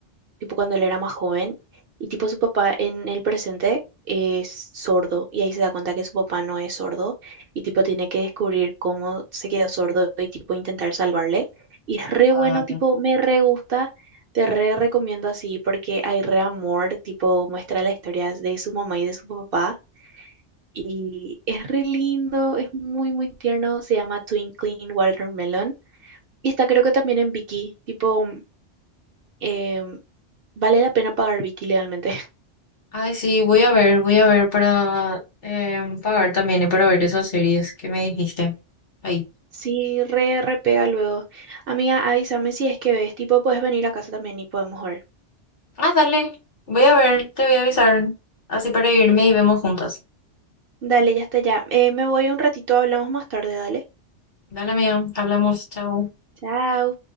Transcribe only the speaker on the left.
Ah,
ya.
Ay, sí, voy a ver, voy a ver para em, pagar también y para ver esas series que me dijiste. Ahí.
Ah, dale. Voy a ver, te voy a avisar. Así para irme y vemos juntas.
Dale, amigo. Hablamos. Chao.